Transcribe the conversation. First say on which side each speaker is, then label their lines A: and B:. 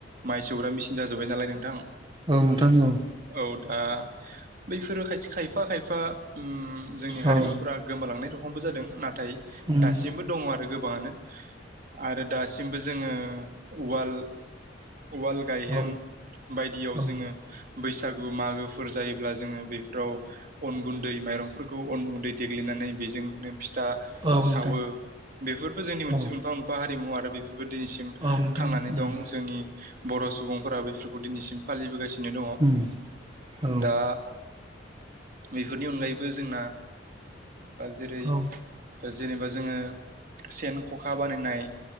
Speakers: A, on the right; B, on the right.
A: माइ सौग्रा मेसिन जाजोब्बाय नालाय नोंथां
B: औ नोंथां औ
A: औ दा बैफोरो खायफा खायफा जोंनि हारिमुफोरा
B: औ
A: गोमालांनाय दं खमबो जादों नाथाय
B: उम
A: दासिमबो दङ आरो गोबाङानो आरो दासिमबो जोङो उवाल उवाल गायहेन
B: औ
A: बायदियाव
B: औ
A: जोङो बैसागु मागोफोर जायोब्ला जोङो बे फ्राव अन गुन्दै माइरंफोरखौ अन गुन्दै देग्लिनानै बेजोंनो फिथा
B: औ
A: सावो
B: नोंथां
A: बेफोरबो जोंनि मोनसे
B: औ
A: मोनफा- मोनफा हारिमु आरो बे दिनैसिम
B: औ नोंथां
A: थांनानै दं
B: उम
A: जोंनि बर' सुबुंफोरा बेफोरखौ दिनैसिम फालिबोगासिनो दङ
B: उम औ
A: दा बेफोरनि अनगायैबो जोंना जेरै
B: औ
A: जेनेबा जोङो सेन, ख'खा बानायनाय